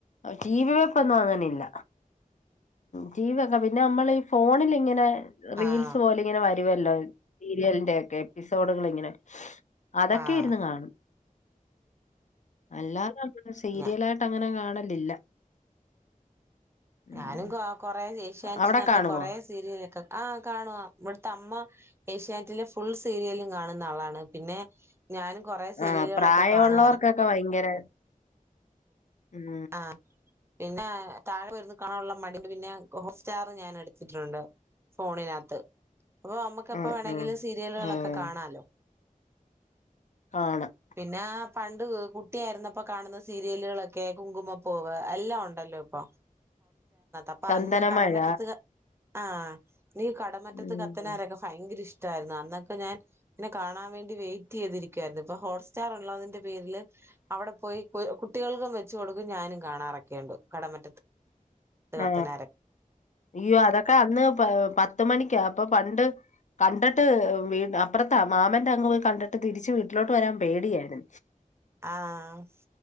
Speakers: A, on the left; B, on the right.
A: ടീവിവെപ്പൊന്നും അങ്ങനില്ല. ടിവി ഒക്കെ പിന്നെ നമ്മൾ ഈ ഫോണിൽ ഇങ്ങനെ റീൽസ്
B: ആഹ്
A: പോലെ ഇങ്ങനെ വ വരുവല്ലോ, സീരിയലിന്റെക്കെ എപ്പിസോഡുകൾ ഇങ്ങനെ, അതൊക്കെ
B: ആഹ്
A: ഇരുന്നു കാണും. അല്ലാതെ സീരിയല
B: ഞ
A: ആയിട്ട് അങ്ങനെ കാണ കാണലില്ല ഉം
B: ഞാനും കൊ കൊറെ ഏഷ്യാനറ്റിനകത്ത്
A: അവിടെ കാണുവോ
B: കൊറെ സീരിയലൊക്കെ ആഹ് കാണും ഇവിടുത്തെ അമ്മ ഏഷ്യാനെറ്റിലെ ഫുൾ സീരിയലും കാണുന്ന ആളാണ് പിന്നെ ഞാനും കുറെ സീരിയലുകളൊക്കെ
A: ആ പ്രായമുള്ളവർക്കൊക്കെ
B: കാണുമായിരുന്നു
A: <unintelligible> ഉം
B: ആ. പിന്നെ താഴെ വരുന്ന കാണാനുള്ള മടിന്റെ പിന്നെ ഹോട്ട്സ്റ്റാർ ഞാൻ എടുത്തിട്ടുണ്ട്. ഫോണിനകത്ത് അപ്പൊ നമ്മുക്ക് എപ്പ
A: ഉം
B: വേണെങ്കിലും
A: ഉം
B: സീരിയലുകളൊക്കെ
A: ഉം
B: കാണാലോ.
A: കാണാം
B: പിന്നെ പണ്ട് കുട്ടിയായിരുന്നപ്പൊ കാണുന്നത് സീരിയലുകളൊക്കെ കുങ്കുമ്മപൂവ് എല്ലാം ഉണ്ടല്ലോ ഇപ്പൊ. അപ്പൊ
A: ചന്ദനമഴ
B: അന്ന് കടംമ്പറ്റത്ത് ആ എനിക്ക് കടമറ്റത്ത്
A: ഉം
B: കത്തനാരൊക്കെ ഭയങ്കര ഇഷ്ട യിരുന്നു അന്നൊക്കെ ഞാൻ ഇതിനെ കാണാൻ വേണ്ടി വെയിറ്റ് ചെയ്തിരിക്കുവായിരുന്നു ഇപ്പൊ ഹോട്ട്റ്റാർ ഉള്ളതിന്റെ പേരില് അവിടെ പോയി കുട്ടികൾക്കും വെച്ച് കൊടുക്കും ഞാനും കാണാറൊക്കെയുണ്ട് കടമറ്റത്ത് കത്തനാരൊക്കെ
A: ആ അയ്യോ അതൊക്കെ അന്ന് പത്ത് മണിക്കാ അപ്പൊ പണ്ട് കണ്ടിട്ട് അപ്പുറത്താ മാമന്റെ അംങ് പോയി കണ്ടിട്ട് തിരിച്ച് വീട്ടിലോട്ട് വരാൻ പേടി ടിയാണ്.
B: ആ.